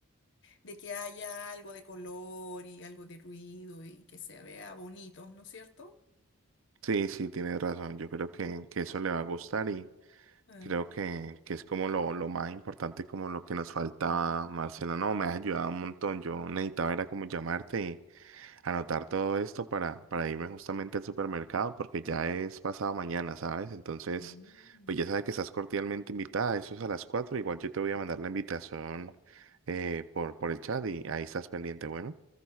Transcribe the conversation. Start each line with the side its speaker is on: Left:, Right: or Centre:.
Left: de que haya algo de color y algo de ruido y que se vea bonito, ¿no es cierto?
Right: Sí, sí, tienes razón. Yo creo que, que eso le va a gustar y
Left: Ah,
Right: creo que, que es como lo, lo más importante, como lo que nos faltaba,
Left: ujú.
Right: Marcela. No, me has ayudado un montón. Yo necesitaba era como llamarte y anotar todo esto para, para irme justamente al supermercado porque ya es pasado mañana, ¿sabes? Entonces,
Left: Mm.
Right: pues ya sabes que estás cordialmente invitada. Eso es a las cuatro. Igual yo te voy a mandar la invitación eh, por, por el chat y ahí estás pendiente. Bueno,